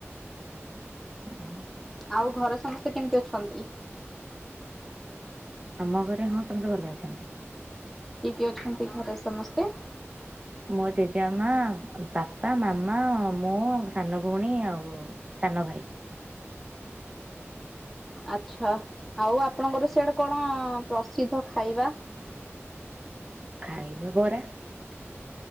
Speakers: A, on the right; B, in the centre.
A: ହୁଁ।
B: ଆଉ ଘରେ ସମସ୍ତେ କେମିତି ଅଛନ୍ତି?
A: ଆମ ଘରେ ହଁ ସମସ୍ତେ ଭଲ ଅଛନ୍ତି।
B: କିଏ କିଏ ଅଛନ୍ତି ଘରେ ସମସ୍ତେ?
A: ମୋ ଜେଜୋମା, ବାପା, ମାମା ମୁଁ ସାନ ଭଉଣୀ ଆଉ ସାନ ଭାଇ।
B: ଆଛା ଆଉ ଆପଣଙ୍କର ସେଆଡେ କଣ ପ୍ରସିଦ୍ଧ ଖାଇବା?
A: ଖାଇବା ବରା